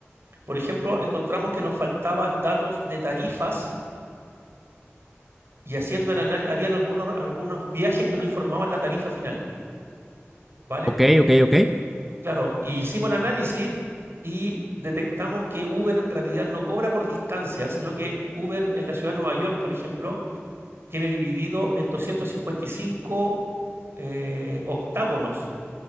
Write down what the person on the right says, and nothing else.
por ejemplo, encontramos que nos faltaban datos de tarifas y haciendo el análisis, habían algunos, algunos viajes que no informaban la tarifa final, ¿vale?
Claro, y hicimos el análisis y detectamos que Uber en realidad no cobra por distancia, sino que Uber en la ciudad de Nueva York, por ejemplo, tiene dividido en 255 eh, octágonos